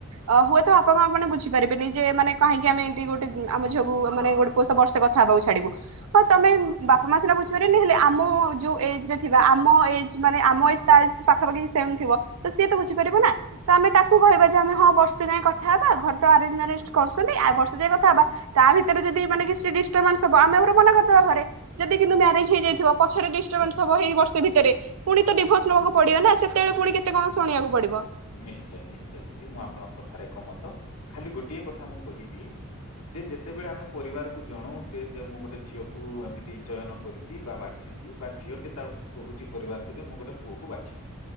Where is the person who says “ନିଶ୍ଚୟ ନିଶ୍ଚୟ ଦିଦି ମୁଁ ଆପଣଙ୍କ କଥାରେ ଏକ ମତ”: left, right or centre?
Left